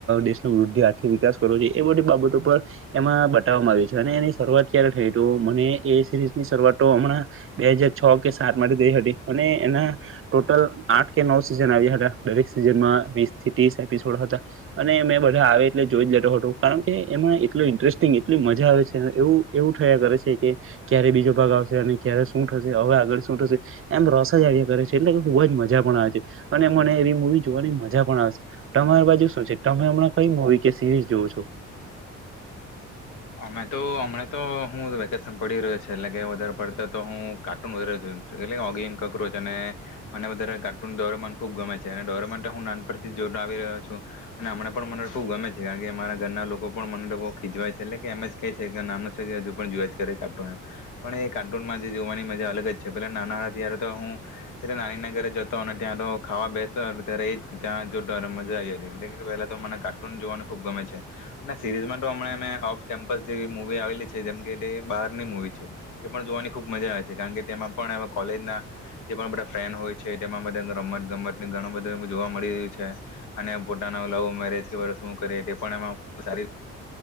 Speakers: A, on the right (about 45°); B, on the left (about 80°).
A: દેશનો વૃદ્ધિ આર્થિક વિકાસ કરવો જોઈએ એ બધી બાબતો પર એમાં બતાવવામાં આવ્યું છે અને એની ત્યારે થ મને એ સરીઝ ની શરૂઆત તો હમણાં બે હજાર છ કે સાત માટે થઈ હતી અને એના ટોટલ આઠ કે નવ સિઝન આવ્યા હતા દરેક સીઝનમાં વસ થી ત્રીસ એપસોડ હતા અને મે બધા આવે એટલે જોઈ જ લેતો હતો કારણ કે એમાં એટલું ઇન્ટરેસ્ટિંગ એટલી મજા આવે છે. એવું એવું થયા કરે છે કે ક્યારે બીજો ભાગ આવશે અને ક્યારે શું થશે હવે આગળ શું થશે એમ રસા જાળ્યા કરે છે એટલે કે ખુબ જ મજા પણ આવે છે અને મને એવી મૂવી જોવાની મજા પણ આવે છે તમારી બાજુ શું છે તમે હમણાં કઈ મુવી કે સિરીઝ જોવ છો.
B: અમે તો હમણા તો હું વેકેશન પડી રહ્યો છે એટલે કે વધારે પડતા તો હું કાર્ટૂન વધારે જો છું એટ ઓગીન કોક્રોચ અને મને વધારે કાર્ટૂન દોર ખુબ ગમે છે અને દોરો તો હું નાન પરથી જો આવી રહ્યો છું અને હમ પણ મને ખુબ ગમે છે કારણ કેમારા ઘરના લોકો પણ મને તો ખીજવાય છે. એટલે એમ જ નાનું છે કે હજુ પણ જોય જ કરે કાર્ટૂન પણ એ કાર્ટૂનમાં જોવાની મજા અલગ જ છે પેલા નાના હતા ત્યારે તો હું નાનીના ઘરે જતો અને ત્યાં તો ખાવા બેસતો ત્યારે એ જ ત્યાં જોતો મજા આવી હતી એટલે પહેલા તો મને કાર્ટૂન જોવાનું ખૂબ ગમે છે અને સિરીઝમાં તોમ કેમ્પસ જેવી મુવી આવેલી છે જેમ કે તે બહારની મુવી છે તે પણ જોવાની ખુબ મજા આવે છે કારણ કે તેમાં પણ કોલેજના જે પણ બધા ફ્રેન હોય છે તેમાંધ રમત ગમત ઘણું બધું જોવા મળી રહ્યું છે અને પોતાનો લવ મેરેજ કે શું કરી તે પણ એમાં સારી